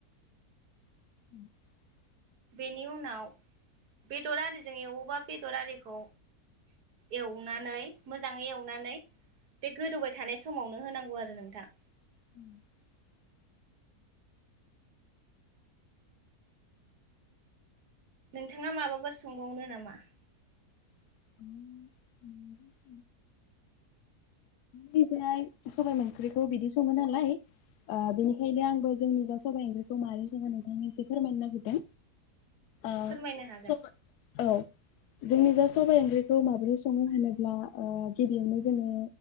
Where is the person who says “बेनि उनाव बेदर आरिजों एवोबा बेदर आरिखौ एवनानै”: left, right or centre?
Right